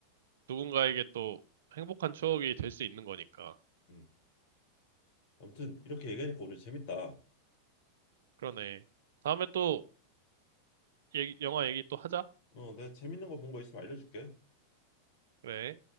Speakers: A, on the right; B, on the left.
A: 누군가에게 또 행복한 추억이 될 수 있는 거니까.
B: 음. 아무튼 이렇게 얘기하니까 오늘 재밌다.
A: 그러네. 다음에 또 얘기, 영화 얘기 또 하자.
B: 어, 내가 재밌는 거 본 거 있으면 알려줄게.
A: 그래.